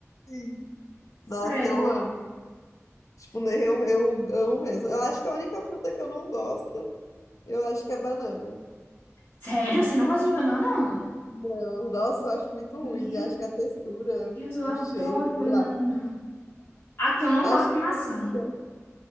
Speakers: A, on the left; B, on the left.
A: Sim.
B: Sério.
A: Nossa, eu amo. Tipo, né, eu, eu amo mesmo. Eu acho que a única fruta que eu não gosto, eu acho que é banana.
B: Sério? Você não gosta de banana?
A: Não, nossa, eu acho muito ruim.
B: Meu
A: Acho que a textura,
B: Deus, eu
A: o
B: adoro
A: cheiro,
B: banana.
A: sei lá.
B: A que eu não
A: Acho
B: gosto
A: que
B: é maçã.
A: é a única.